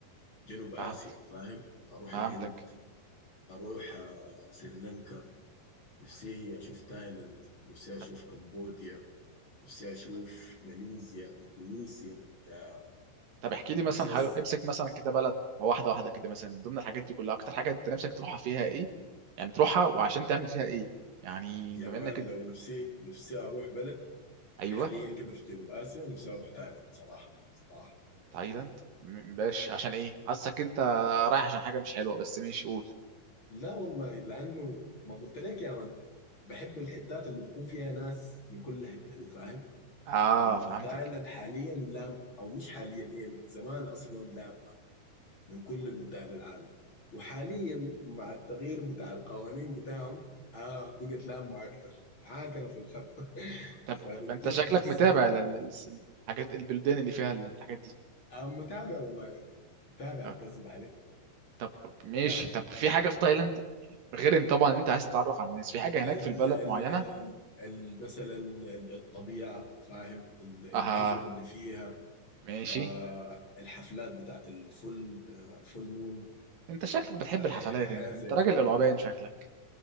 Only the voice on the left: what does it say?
جنوب اسيا
فاهم اروح
الهند اروح آه، سريلانكا نفسي اشوف تايلاند نفسي اشوف
كمبوديا نفسي اشوف ماليزيا اندونيسيا يا
نفسي
أس...
يا
مان
لو نفسي نفسي اروح بلد
حاليا كده في جنوب اسيا نفسي اروح تايلاند صراحه صراحه
لا والله لانه ما قلت لك يا مان بحب الحتات اللي بيكون فيها ناس من كل حته دي فاهم
وتايلاند
حاليا لام او مش حاليا هي من زمان اصلا لامه من كل بلدان العالم وحاليا مع التغيير بتاع القوانين بتاعهم اه بقت لامه اكتر عاكره في الخط <laughs>
فبجد
نفسي
آه متابع والله يعني. متابع
اكذب عليك
متابع
ال
ال
ال ال مثلا ال- الطبيعه فاهم ال- الجزر
اللي فيها
آه الحفلات بتاعت الفل آه فول مون
آه
حياه
زي
دي